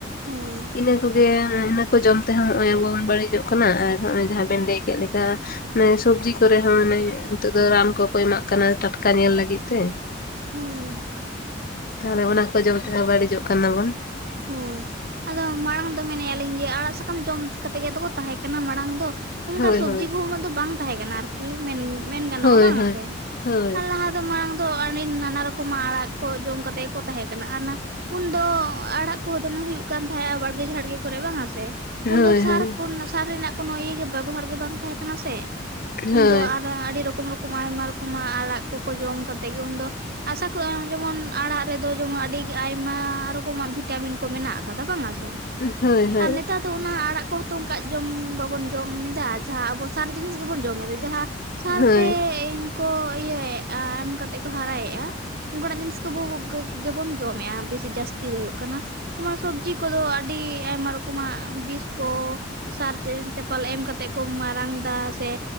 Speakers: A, on the right (about 55°); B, on the left (about 50°).
A: ᱦᱳᱭ
B: ᱤᱱᱟᱹ ᱠᱚᱜᱮ ᱤᱱᱟᱹ ᱠᱚ ᱡᱚᱢ ᱛᱮᱦᱚᱸ ᱱᱚᱜ-ᱚᱭ ᱟᱵᱚ ᱵᱚᱱ ᱵᱟᱹᱲᱤᱡᱚᱜ ᱠᱟᱱᱟ ᱟᱨ ᱱᱚᱜᱼᱚᱭ ᱡᱟᱦᱟᱸ ᱵᱤᱱ ᱞᱟᱹᱭ ᱠᱮᱫ ᱞᱮᱠᱟ ᱚᱱᱮ ᱥᱚᱵᱡᱤ ᱠᱚᱨᱮᱦᱚᱸ ᱢᱟᱱᱮ ᱱᱤᱛᱚᱜ ᱫᱚ ᱨᱟᱱ ᱠᱚᱠᱚ ᱮᱢᱟᱜ ᱠᱟᱱᱟ ᱴᱟᱴᱠᱟ ᱧᱮᱞ ᱞᱟᱹᱜᱤᱫ ᱛᱮ᱾
A: ᱦᱳᱭ
B: ᱛᱟᱦᱞᱮ ᱚᱱᱟ ᱠᱚ ᱡᱚᱢ ᱛᱮᱦᱚᱸ ᱵᱟᱹᱲᱤᱡᱚᱜ ᱠᱟᱱᱟ ᱵᱚᱱ᱾
A: ᱦᱚᱭ᱾ ᱟᱫᱚ ᱢᱟᱲᱟᱝ ᱫᱚ ᱢᱮᱱᱮᱫᱼᱟᱞᱤᱧ ᱡᱮ ᱟᱲᱟᱜ ᱥᱟᱠᱟᱢ ᱡᱚᱢ ᱠᱟᱛᱮᱫ ᱜᱮᱛᱚ ᱠᱚ ᱛᱟᱦᱮᱸ ᱠᱟᱱᱟ ᱢᱟᱲᱟᱝ ᱫᱚ᱾ ᱚᱱᱠᱟ
B: ᱦᱳᱭ
A: ᱥᱚᱵᱡᱤ
B: ᱦᱳᱭ᱾
A: ᱠᱚᱦᱚᱸ ᱩᱱᱟᱹᱜ ᱫᱚ ᱵᱟᱝ ᱛᱟᱦᱮᱸ ᱠᱟᱱᱟ ᱟᱨᱠᱤ ᱢᱮᱱ ᱢᱮᱱ ᱜᱟᱱᱚᱜᱼᱟ
B: ᱦᱳᱭ
A: ᱵᱟᱝ
B: ᱦᱳᱭ
A: ᱥᱮ?
B: ᱦᱳᱭ
A: ᱟᱨ ᱞᱟᱦᱟ ᱫᱚ ᱢᱟᱲᱟᱝ ᱫᱚ ᱟᱹᱰᱤ ᱱᱟᱱᱟ ᱨᱚᱠᱚᱢᱟᱜ ᱟᱲᱟᱜ ᱠᱚ ᱡᱚᱢ ᱠᱟᱛᱮ ᱠᱚ ᱛᱟᱦᱮᱸ ᱠᱟᱱᱟ ᱩᱱᱫᱚ ᱟᱲᱟᱜ ᱠᱚᱦᱚᱸ ᱫᱚᱢᱮ ᱦᱩᱭᱩᱜ ᱠᱟᱱ ᱛᱟᱦᱮᱸᱫ ᱵᱟᱲᱜᱮ ᱡᱷᱟᱲᱜᱮ ᱠᱚᱨᱮ ᱵᱟᱝ ᱥᱮ ᱩᱱ
B: ᱦᱳᱭ
A: ᱫᱚ ᱥᱟᱨ
B: ᱦᱳᱭ
A: ᱠᱚ ᱨᱮᱱᱟᱜ ᱥᱟᱨ ᱨᱮᱱᱟᱜ ᱠᱚᱱᱚ ᱤᱭᱟᱹ ᱵᱮᱵᱚᱦᱟᱨ ᱜᱮ ᱵᱟᱝ ᱛᱟᱦᱮᱸ ᱠᱟᱱᱟ
B: ᱦᱳᱭ
A: ᱩᱱ ᱫᱚ ᱟᱹᱰᱤ ᱨᱚᱠᱚᱢ ᱠᱚ ᱟᱭᱢᱟ ᱨᱚᱠᱚᱢ ᱟᱜ ᱟᱲᱟᱜ ᱠᱚᱠᱚ ᱡᱚᱢ ᱠᱟᱛᱮᱫ ᱜᱮ ᱩᱱᱫᱚ ᱟᱥᱟ ᱠᱚᱜᱼᱟ ᱡᱮᱢᱚᱱ ᱟᱲᱟᱜ ᱨᱮᱫᱚ ᱡᱮᱢᱚᱱ ᱟᱹᱰᱤ ᱟᱭᱢᱟ ᱨᱚᱠᱚᱢᱟᱜ ᱵᱷᱤᱴᱟᱢᱤᱱ ᱵᱷᱤᱴᱟᱢᱤᱱ ᱠᱚ ᱢᱮᱱᱟᱜ ᱟᱠᱟᱫᱟ ᱵᱟᱝ ᱥᱮ
B: ᱦᱳᱭ ᱦᱳᱭ ᱦᱳᱭ
A: ᱟᱨ ᱱᱮᱛᱟᱨ ᱛᱚ ᱚᱱᱟ ᱟᱲᱟᱜ ᱠᱚᱦᱚᱸ ᱛᱚ ᱚᱱᱠᱟ ᱡᱚᱢ ᱵᱟᱵᱚᱱ ᱡᱚᱢ ᱮᱫᱟ ᱡᱟᱦᱟᱸ ᱟᱵᱚ ᱥᱟᱨ ᱡᱤᱱᱤᱥ ᱜᱮᱵᱚᱱ ᱡᱚᱢ ᱮᱫᱟ ᱡᱟᱦᱟᱸ ᱥᱟᱨᱛᱮ
B: ᱦᱳᱭ
A: ᱠᱚ ᱤᱭᱟᱹᱮᱫᱼᱟ ᱮᱢ ᱠᱟᱛᱮ ᱠᱚ ᱦᱟᱨᱟᱭᱮᱜᱼᱟ᱾ ᱚᱱᱠᱟᱱᱟᱜ ᱡᱤᱱᱤᱥ ᱠᱚᱵᱚ <inaudible> ᱜᱮ ᱵᱚᱱ ᱡᱚᱢᱮᱼᱟ ᱵᱤᱥᱤ ᱡᱟᱹᱥᱛᱤ ᱫᱚ ᱦᱩᱭᱩᱜ ᱠᱟᱱᱟ᱾ ᱱᱚᱣᱟ ᱥᱚᱵᱡᱤ ᱠᱚᱫᱚ ᱟᱹᱰᱤ ᱟᱭᱢᱟ ᱨᱚᱠᱚᱢᱟᱜ ᱵᱤᱥ ᱠᱚ ᱥᱟᱨ ᱪᱟᱯᱟᱞ ᱮᱢ ᱠᱟᱛᱮᱜ ᱠᱚ ᱢᱟᱨᱟᱝ ᱫᱟ ᱥᱮ